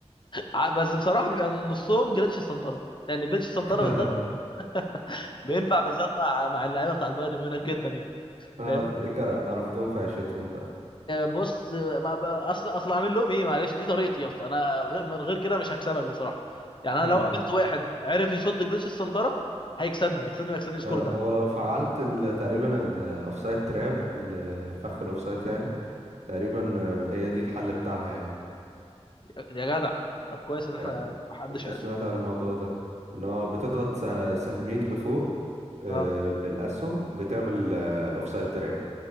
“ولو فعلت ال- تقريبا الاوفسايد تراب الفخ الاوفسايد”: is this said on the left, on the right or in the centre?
Right